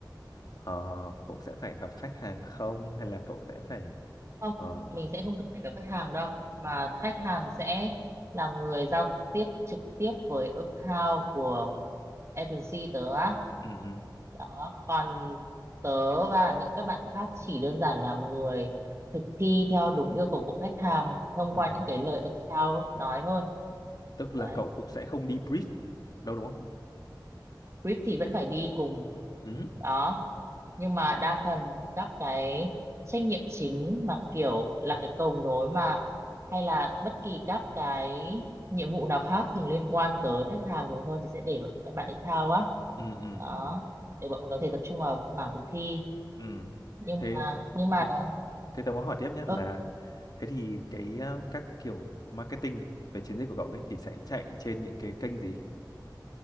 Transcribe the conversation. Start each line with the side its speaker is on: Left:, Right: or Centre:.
Left: ờ, cậu sẽ phải gặp khách hàng không hay là cậu sẽ phải
Right: không
Left: ờ,
Right: mình sẽ không cần phải gặp khách hàng đâu mà
Left: ừ,
Right: khách hàng sẽ là người giao tiếp trực tiếp với account của agency tớ á
Left: ừ, ừ,
Right: Đó, còn tớ và những các bạn khác chỉ đơn giản là người thực thi theo đúng yêu cầu của khách hàng thông
Left: ừ.
Right: qua những cái lời account nói thôi.
Left: Tức là
Right: Đấy,
Left: cậu cũng sẽ không đi brief đâu đúng không?
Right: brief thì vẫn phải đi cùng.
Left: Ừ,
Right: Đó, nhưng mà đa phần các cái trách nhiệm chính mà kiểu là cái cầu nối mà hay là bất kỳ các cái nhiệm vụ nào khác thường liên quan tới khách hàng nhiều hơn thì sẽ để vào các bạn account á.
Left: ừ, ừ,
Right: Đó,
Left: ừ.
Right: để bọn mình có thể tập trung vào mảng thực thi.
Left: ừ.
Right: Nhưng
Left: Thế
Right: mà nhưng mà
Left: thế
Right: đó
Left: Thế tớ muốn hỏi tiếp nhé
Right: Ơ,
Left: là thế thì cái ờ, các kiểu marketing về chiến dịch của cậu ấy thì sẽ chạy trên những cái kênh gì?